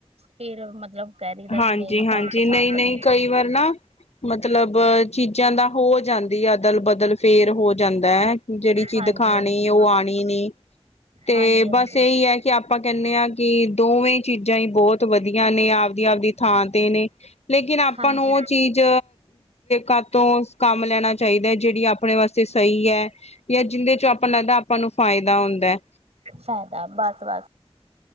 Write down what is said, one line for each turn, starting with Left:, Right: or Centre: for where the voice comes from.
Right: ਫਿਰ। ਮਤਲਬ। ਕਹਿ। ਦਿੰਦਾ। ਕਿ।
Left: ਹਾਂਜੀ-ਹਾਂਜੀ
Right: ਨਹੀਂ। ਸਾਨੂੰ। ਪਸੰਦ।
Left: ਨਈ-ਨਈ
Right: ਨਹੀਂ।।
Left: ਕਈ। ਵਾਰ। ਨਾ। ਮਤਲਬ। ਚੀਜ਼ਾਂ ਦਾ ਹੋ ਜਾਂਦੀ ਅਦਲ ਬਦਲ ਫੇਰ ਹੋ ਜਾਂਦਾ ਹੈ। ਜਿਹੜੀ ਚੀਜ
Right: ਹਾਂਜੀ
Left: ਖਾਣੀ।
Right: ਹਾਂਜੀ
Left: ਉਹ। ਆਉਣੀ। ਨੀ। ਤੇ
Right: ਹਾਂਜੀ ਹਾਂਜੀ
Left: ਬਸ ਇਹੀ ਹੈ। ਕਿ ਆਪਾਂ ਕਹਿੰਦੇ ਹਾਂ ਕਿ ਦੋਵੇਂ ਚੀਜ਼ਾਂ ਹੀ ਬਹੁਤ ਵਧੀਆ ਨੇ ਆਪ। ਦੀ। ਥਾਂ। ਤੇ। ਨੇ। ਲੇਕਿਨ। ਆਪਾਂ।
Right: ਹਾਂਜੀ
Left: ਨੂੰ। ਉਹ। ਚੀਜ਼। ਘਰ ਤੋਂ ਕੰਮ ਲੈਣਾ ਚਾਹੀਦਾ ਹੈ। ਜਿਹੜੀ ਆਪਣੇ ਵਾਸਤੇ ਸਹੀ ਹੈ। ਜਾਂ। ਜਿਹਦੇ 'ਚ ਆਪਾਂ ਲੱਗਦਾ ਆਪਾਂ ਨੂੰ ਫ਼ਾਇਦਾ ਹੁੰਦਾ ਹ।
Right: ਫਾਇਦਾ ਬਸ-ਬਸ।